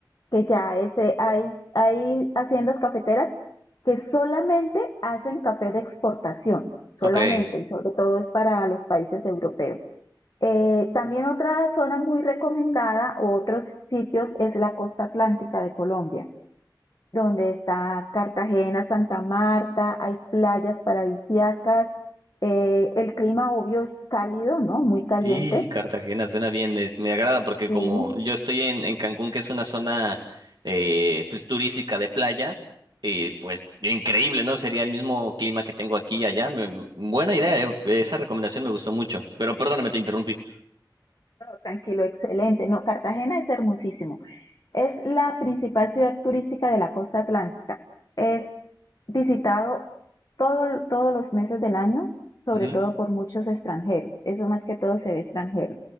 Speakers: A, on the left; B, on the right.
A: que ya este, hay, hay haciendas cafeteras que solamente hacen café de exportación, solamente,
B: Ok.
A: y sobre todo es para los países europeos. Eh, también otra zona muy recomendada, otros sitios, es la costa atlántica de Colombia, donde está Cartagena, Santa Marta, hay playas paradisíacas, eh, el clima obvio es cálido, ¿no? Muy caliente,
B: Y Cartagena suena bien, me, me agrada porque
A: muy
B: como yo estoy en, en Cancún, que es una zona eh, pues, turística de playa, eh, pues increíble, ¿no? Sería el mismo clima que tengo aquí y allá. me- buena idea, eh, Esa recomendación me gustó mucho. Pero perdóname, te interrumpí.
A: tranquilo, excelente. No, Cartagena es hermosísimo. Es la principal ciudad turística de la costa atlántica. Es visitado todo- todos los meses del año, sobre
B: Ujú,
A: todo por muchos extranjeros. Eso más que todo se ve extranjero.